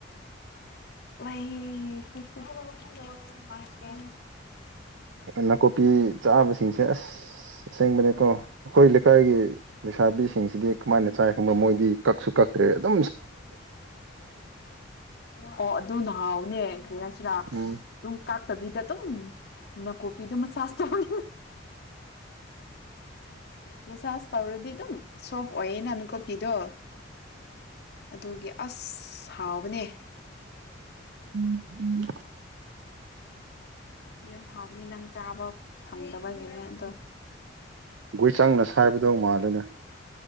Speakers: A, on the left (about 55°); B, on the right (about 80°).
A: ꯥꯏꯁꯨ ꯍ ꯍꯂꯣ ꯃꯥꯏ ꯀ
B: ꯅꯥꯀꯨꯞꯄꯤ ꯆꯥꯕꯁꯤꯡꯁꯦ ꯑꯁ ꯑꯁꯦꯡꯕꯅꯦ ꯀꯣ ꯑꯩꯈꯣꯏ ꯂꯩꯀꯥꯏꯒꯤ ꯂꯩꯁꯥꯕꯤꯁꯤꯡꯁꯤꯗꯤ ꯀꯃꯥꯏꯅ ꯆꯥꯏ ꯈꯪꯕ ꯃꯣꯏꯗꯤ ꯀꯛꯁꯨ ꯀꯛꯇ꯭ꯔꯦ ꯑꯗꯣ
A: ꯑꯣ ꯑꯗꯨ ꯅꯍꯥꯎꯅꯦ ꯦꯁꯤꯔꯥ
B: ꯎꯝ
A: ꯇꯨꯝ ꯀꯥꯛꯇꯕꯤꯗ ꯇꯨꯝ ꯅꯥꯀꯣꯄꯤꯗꯣ ꯃꯆꯥꯥꯖ ꯇꯧꯔ ꯃꯆꯥꯖ ꯇꯧꯔꯗꯤ ꯑꯗꯨꯝ ꯁꯣꯐ ꯑꯣꯏꯌꯦ ꯅ ꯅꯥꯀꯣꯄꯤꯗꯣ ꯑꯗꯨꯒꯤ ꯑꯁ ꯍꯥꯎꯕꯅꯦ
B: ꯎꯝ ꯎꯝ
A: ꯌꯥꯝ ꯍꯥꯎꯕꯅꯤ ꯅꯪ ꯆꯥꯕ ꯐꯪꯗꯕꯒꯤꯅꯦ ꯑꯗꯣ
B: ꯒꯣꯏ ꯆꯪꯅ ꯁꯥꯏꯕꯗꯧ ꯃꯥꯜꯂꯦꯅꯦ